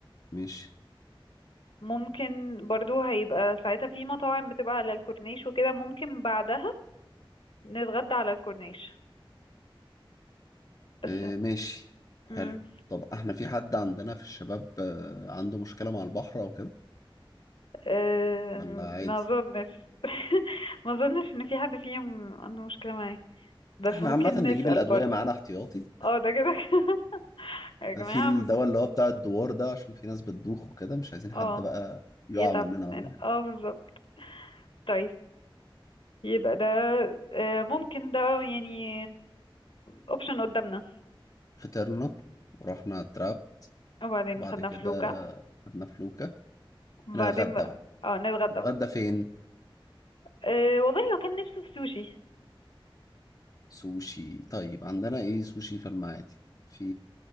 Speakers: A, on the left; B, on the left.
A: ماشي
B: ممكن برضو هيبقى ساعتها في مطاعم بتبقى على الكورنيش وكده ممكن بعدها نتغدى على الكورنيش بس
A: اه ماشي حلو
B: مم.
A: طب احنا في حد عندنا في الشباب آه، عنده مشكلة مع البحر او كده
B: آه
A: ولا عادي
B: ما اظنش <laughs> ما اظنش ان في حد فيهم عنده مشكلة معايا بس
A: احنا
B: ممكن
A: عامة نجيب
B: نسأل
A: الأدوية
B: برضو
A: معانا احتياطي
B: اه ده كده كده. <laughs> يا جماعة
A: في الدواء اللي هو بتاع الدوار ده عشان في ناس بتدوخ وكده مش عايزين حد
B: اه
A: بقى يقع
B: يتعب
A: مننا ولا
B: مننا اه بالظبط طيب يبقى ده آه ممكن ده يعني اوبشن قدامنا
A: فطرنا ورحنا على التراب
B: وبعدين
A: وبعد
B: خدنا
A: كده
B: فلوكة
A: خدنا فلوكة
B: وبعدين
A: هنتغدى
B: بقى
A: بقى
B: اه نتغدى
A: نتغدى
B: بقى
A: فين؟
B: أه والله هو كان نفسه في سوشي
A: سوشي طيب عندنا ايه سوشي في المعادي في